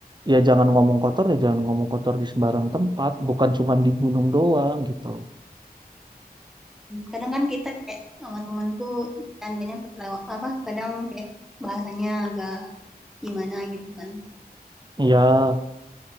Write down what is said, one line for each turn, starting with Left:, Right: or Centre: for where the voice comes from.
Right: ya jangan ngomong kotor ya jangan ngomong kotor di sembarang tempat, bukan cuma di gunung doang gitu.
Centre: kadang kan kita kayak sama temen tuh tandanya ketelewat apa kadang kayak bahasanya agak gimana gitu kan
Right: Ya